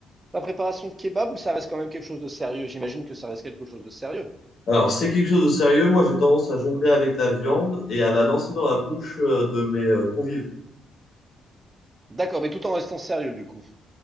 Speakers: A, on the right; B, on the left.
A: ta préparation de kebab ou ça reste quand même quelque chose de sérieux. J'imagine que ça reste quelque chose de sérieux.
B: Alors c'est quelque chose de sérieux, moi j'ai tendance à jongler avec la viande et à la lancer dans la bouche euh, de mes euh, convives.
A: D'accord, mais tout en restant sérieux du coup.